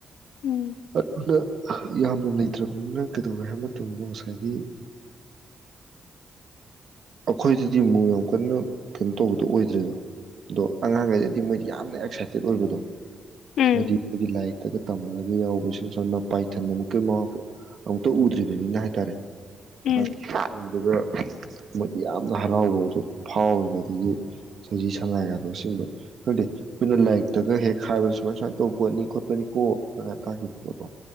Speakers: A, on the left (about 80°); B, on the right (about 65°).
A: ꯎꯝ
B: ꯑꯗꯨꯅ ꯌꯥꯝꯅ ꯂꯩꯇ꯭ꯔꯕꯅꯤꯅ ꯀꯩꯗꯧꯒꯦ ꯍꯥꯏꯕ ꯃꯇꯝꯗ ꯉꯁꯥꯏꯒꯤ ꯑꯩꯈꯣꯏꯗꯗꯤ ꯑꯃꯨꯛ ꯌꯥꯝ ꯀꯟꯅ ꯀꯩꯅꯣ ꯇꯧꯕꯗꯣ ꯑꯣꯏꯗ꯭ꯔꯦꯕ ꯑꯗꯣ ꯑꯉꯥꯡꯈꯩꯗꯗꯤ ꯃꯣꯏꯗꯤ ꯌꯥꯝꯅ ꯑꯦꯛꯁꯥꯏꯇꯦꯠ ꯑꯣꯏꯕꯗꯣ
A: ꯎꯝ
B: ꯍꯥꯏꯗꯤ ꯂꯥꯏꯛ ꯇꯒ ꯇꯝꯃꯒ ꯌꯥꯎꯕ ꯁꯨꯝ ꯏꯁꯝꯁꯝꯅ ꯄꯥꯏꯊꯟ ꯑꯃꯨꯛꯀꯤ ꯃꯃꯥꯄꯣꯛ ꯑꯝꯇ ꯎꯗ꯭ꯔꯤꯕꯅꯤꯅ ꯍꯥꯏꯇꯥꯔꯦ
A: ꯎꯝ
B: <unintelligible> ꯃꯣꯏꯗꯤ ꯌꯥꯝꯅ ꯍꯔꯥꯎꯕꯗꯣ ꯐꯥꯎꯋꯦꯕ ꯑꯗꯒꯤ ꯁꯖꯤ ꯁꯉꯥꯏꯒꯗꯣ ꯑꯁꯤꯒꯨꯝꯕ ꯈꯪꯗꯦ ꯑꯩꯈꯣꯏꯅ ꯂꯥꯏꯔꯤꯛꯇꯒ ꯍꯦꯛ ꯍꯥꯏꯕꯗ ꯁꯨꯃꯥꯏ ꯁꯨꯃꯥꯏꯅ ꯇꯧꯕ ꯄꯣꯠꯅꯤ ꯈꯣꯠꯄꯅꯤ ꯀꯥꯏꯅ ꯇꯥꯈꯤꯕ ꯄꯣꯠꯇꯣ